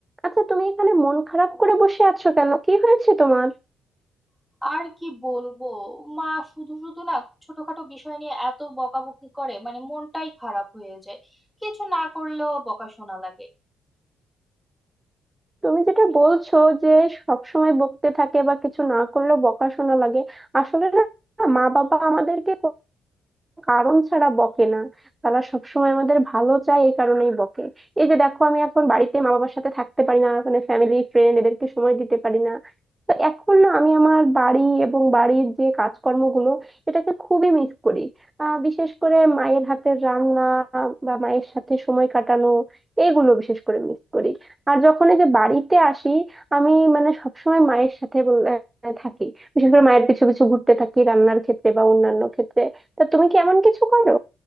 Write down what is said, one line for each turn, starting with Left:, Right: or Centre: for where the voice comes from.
Right: আচ্ছা তুমি এখানে মন খারাপ করে বসে আছো কেন কি হয়েছে তোমার
Centre: আর কি বলবো মা শুধু শুধু না খুব ছোটখাটো বিষয় নিয়ে এত বকাবকি করে মানে মনটাই খারাপ হয়ে যায় কিছু না করলেও বকা শোনা লাগে
Right: তুমি যেটা বলছো যে সব সময় বকতে থাকে বা কিছু না করলেও বকাশোনা লাগে আসলে না মা বাবা আমাদেরকে কারণ ছাড়া বকে না তারা সবসময় আমাদের ভালো চায় এই কারণেই বকে এই যে দেখো আমি এখন বাড়িতে মা বাবার সাথে থাকতে পারি না মানে ফ্যামিলি ফ্রেন্ড এদেরকে সময় দিতে পারি না তো এখন না আমি আমার বাড়ি এবং বাড়ির যে কাজকর্মগুলো এটাকে খুবই মিস করি আহ বিশেষ করে মায়ের হাতের রান্না বা মায়ের সাথে সময় কাটানো এইগুলো বিশেষ করে মিস করি আর যখন এই যে বাড়িতে আসি আমি মানে সবসময় মায়ের সাথে বল- আহ, থাকি বিশেষ করে মায়ের পিছু পিছু ঘুরতে থাকি রান্নার ক্ষেত্রে বা অন্যান্য ক্ষেত্রে তা তুমি কি এমন কিছু করো